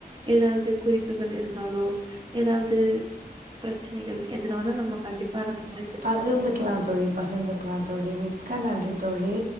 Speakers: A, on the right; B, on the right.
A: ஏதாவது குறிப்புகள் இருந்தாலோ ஏதாவது பிரச்சனைகள் எதனாலும் நம்ம கண்டிப்பா அடுத்
B: பகிர்ந்து க்கலாம் தோழி பகிர்ந்துக்கலா தோழி மிக்க நன்றி தோழி